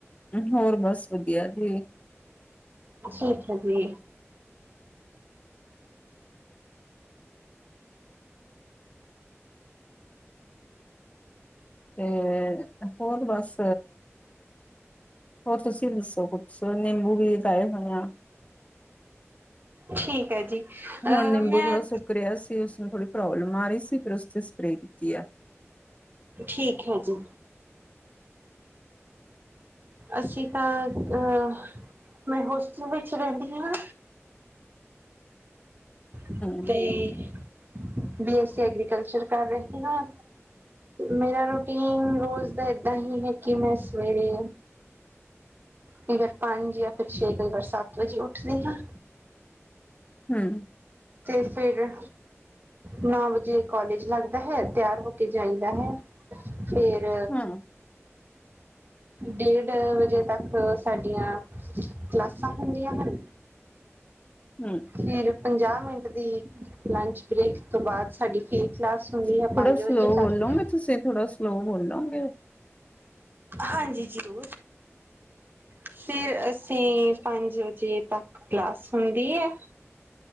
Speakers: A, on the left; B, on the right.
A: ਹੋਰ ਬਸ ਵਧੀਆ ਜੀ
B: ਠੀਕ ਹੈ ਜੀ
A: ਤੇ ਹੋਰ ਬਸ ਹੋਰ ਤੁਸੀਂ ਦੱਸੋ ਕੁਛ ਨਿੰਬੂ ਵੀ ਉਗਾਏ ਹੋਏ ਆ
B: ਠੀਕ ਹੈ ਜੀ ਅ
A: ਹੁਣ ਨਿੰਬੂ
B: ਮੈਂ
A: ਥੋੜਾ ਸੁੱਕ ਰਿਹਾ ਸੀ ਉਸਨੂੰ ਥੋੜੀ ਪ੍ਰੋਬਲਮ ਆ ਰਹੀ ਸੀ ਫਿਰ ਉਸੇ ਸਪਰੇਅ ਕੀਤੀ ਹੈ
B: ਠੀਕ ਹੈ ਜੀ ਅਸੀਂ ਤਾਂ ਅਹ ਮੈਂ ਹੋਸਟਲ ਵਿੱਚ ਰਹਿੰਦੀ ਹਾਂ ਅਤੇ
A: ਹਮ
B: ਬੀ ਐਸਸੀ ਐਗਰੀਕਲਚਰ ਕਰ ਰਹੇ ਹ ਮੇਰਾ ਰੂਟੀਨ ਰੋਜ਼ ਦਾ ਏਦਾਂ ਹੀ ਹੈ ਕਿ ਮੈਂ ਸਵੇਰੇ ਕਈ ਵਾਰ ਪੰਜ ਜਾਂ ਫਿਰ ਛੇ ਕਈ ਵਾਰ ਸੱਤ ਵਜੇ ਉੱਠਦੀ ਹਾਂ
A: ਹਮ
B: ਤੇ ਫਿਰ ਨੌ ਵਜੇ ਕੋਾਲਜ ਲੱਗਦਾ ਹੈ ਤਿਆਰ ਹੋ ਕੇ ਜਾਈਦਾ ਹੈ ਫੇਰ
A: ਹਮ
B: ਡੇਢ ਵਜੇ ਤੱਕ ਸਾਡੀਆਂ ਕਲਾਸਾਂ ਹੁੰਦੀਆਂ ਹਨ
A: ਹਮ
B: ਫਿਰ ਪੰਜਾਹ ਮਿੰਟ ਦੀ ਲੰਚ ਬ੍ਰੇਕ ਤੋਂ ਬਾਅਦ ਸਾਡੀ ਫੇ ਕਲਾਸ ਹੁੰਦੀ
A: ਥੋੜਾ
B: ਹੈ ਪੰਜ ਵਜੇ
A: ਸਲੋਅ
B: ਤੱਕ
A: ਬੋਲੋਗੇ ਤੁਸੀਂ ਥੋੜਾ ਸਲੋ ਬੋਲੋਗੇ ਕੁ
B: ਹਾਂਜੀ ਜ਼ਰੂਰ ਫਿਰ ਅਸੀਂ ਪੰਜ ਵਜੇ ਤੱਕ ਕਲਾਸ ਹੁੰਦੀ ਹੈ